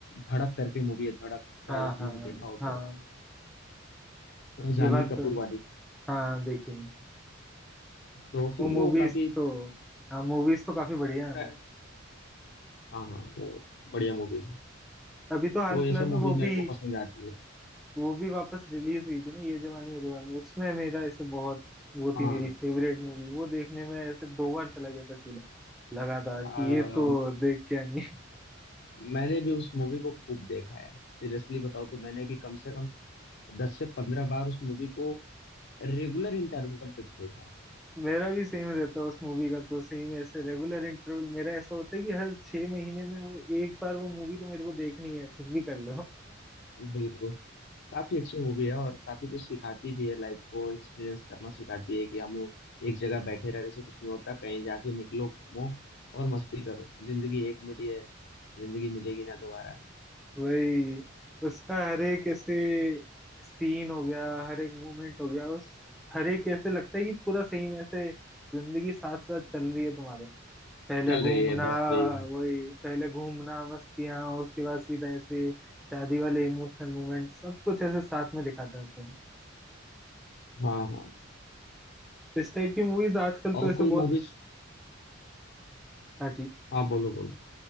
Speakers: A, on the left (about 55°); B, in the centre.
A: धड़क करके मूवी है धड़क शायद
B: हाँ
A: आपने
B: हाँ
A: देखा हो
B: हाँ
A: तो जानवी
B: ये बात
A: कपूर
B: तो
A: वाली
B: हाँ देखिए
A: तो फिर
B: वो मूवीज
A: वो काफी
B: तो हाँ मूवीज तो काफी बढ़िया है
A: हाँ हाँ वो बढ़िया मूवीज है
B: अभी तो हाल
A: तो ये
B: फिलहाल
A: सब
B: में
A: मूवीज
B: वो
A: मेरे
B: भी
A: को पसंद आती है
B: वो भी वापस रिलीज हुई थी ना ये जवानी है दीवानी उसमें मेरा ऐसे बहुत वो
A: हाँ
B: थी मेरी फेवरेट मूवी वो देखने में ऐसे दो बार चला गया था सीधा लगातार
A: आ,
B: कि ये तो
A: मैं,
B: देख के आनी <laughs> है।
A: मैंने भी उस मूवी को खूब देखा है सीरियसली बताओ तो मैंने भी कम से कम दस से पंद्रह बार उस मूवी को रेगुलर इंटरवल पे देखा
B: मेरा भी सेम रहता है उस मूवी का तो सेम ऐसे रेगुलर इंटरवल मेरा ऐसा होता है कि हर छह महीने में वो एक बार वो मूवी तो मेरे को देखनी है कुछ भी कर लो
A: है बिल्कुल काफी अच्छी मूवी है और काफी कुछ सिखाती भी है लाइफ को एक्सपीरियंस करना सिखाती है कि हमें एक जगह बैठे रहने से कुछ नहीं होता कहीं जाके निकलो घूमो और मस्ती करो जिंदगी एक मिली है जिंदगी मिलेगी ना दोबारा
B: <laughs> वही उसका हर एक ऐसे सीन हो गया हर एक मूवमेंट हो गया उस हर एक ऐसे लगता है कि पूरा सेम ऐसे जिंदगी साथ साथ चल रही है तुम्हारे पहले
A: चल
B: घूमना
A: रही है बस वही बात
B: वही पहले घूमना मस्तियाँ उसके बाद सीधा ऐसे शादी वाले इमोशनल मोमेंट सब कुछ ऐसे साथ में दिखाता है उसमें
A: हाँ हाँ
B: इस टाइप की मूवीज आजकल तो
A: और
B: ऐसे
A: कोई
B: बहुत
A: मूवीज
B: हाँ जी
A: हाँ बोलो बोलो